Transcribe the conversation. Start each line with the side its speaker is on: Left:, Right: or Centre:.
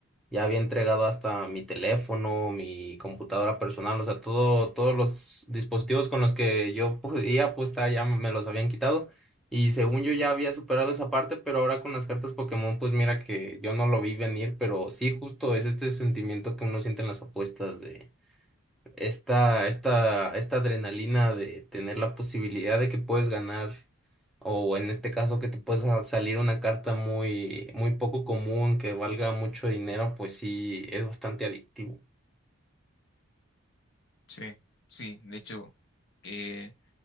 Centre: Ya había entregado hasta mi teléfono, mi computadora personal, o sea, todo, todos los dispositivos con los que yo <laughs> podía apostar ya me los habían quitado. Y según yo ya había superado esa parte, pero ahora con las cartas Pokémon, pues mira que yo no lo vi venir, pero sí justo es este sentimiento que uno siente en las apuestas de esta, esta, esta adrenalina de tener la posibilidad de que puedes ganar, o en este caso que te puedes salir una carta muy, muy poco común, que valga mucho dinero, pues sí, es bastante adictivo.
Left: Sí, sí, de hecho, eh,